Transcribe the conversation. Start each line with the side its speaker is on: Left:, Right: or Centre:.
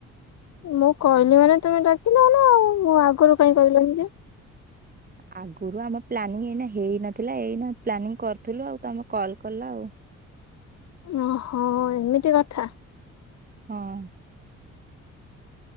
Left: ମୁଁ କହିଲି ମାନେ ତମେ ଡାକିଲନା ଆଉ ମୋ ଆଗରୁ କାହିଁ କହିଲନି ଯେ
Right: ଆଗରୁ ଆମ ପ୍ଲାନିଂ ଏଇନା ହେଇନଥିଲା ଏଇନା ପ୍ଲାନିଂ କରିଥିଲୁ ଆଉ ତମେ କଲ୍ କଲ ଆଉ
Left: ଓହୋ ଏମିତି କଥା
Right: ହଁ <unintelligible>